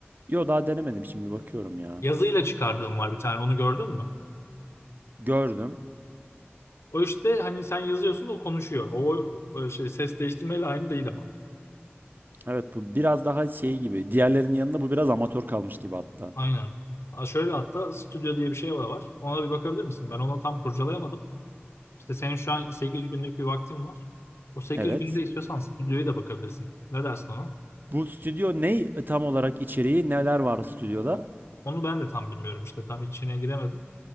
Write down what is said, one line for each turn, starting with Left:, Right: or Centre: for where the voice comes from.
Right: Yo daha denemedim şimdi bakıyorum ya.
Left: Yazıyla çıkardığım var bir tane. Onu gördün mü?
Right: Gördüm.
Left: O işte hani sen yazıyorsun o konuşuyor. O, o şey ses değiştirmeyle aynı değil ama.
Right: Evet bu biraz daha şey gibi. Diğerlerinin yanında bu biraz amatör kalmış gibi hatta.
Left: Aynen. Ha, şöyle hatta stüdyo diye bir şey var. Ona bir bakabilir misin? Ben ona tam kurcalayamadım. İşte senin şu an 8 günlük bir vaktin var. O 8
Right: Evet.
Left: günde istiyorsan stüdyoya da bakabilirsin. Ne dersin ona?
Right: Bu stüdyo ne e, tam olarak içeriği neler var stüdyoda?
Left: Onu ben de tam bilmiyorum işte. Tam içine giremedim.